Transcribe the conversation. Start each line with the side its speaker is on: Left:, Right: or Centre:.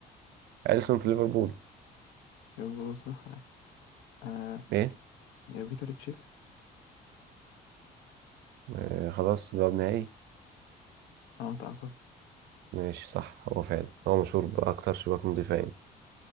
Right: اليسون في ليفربول
Left: بقول صح آه
Right: ايه
Left: يا بيتر تشيك
Right: آه خلاص جواب نهائي
Left: اه أعتقد
Right: ماشي صح هو فعلا هو مشهور باكتر شباك نظيفه يعني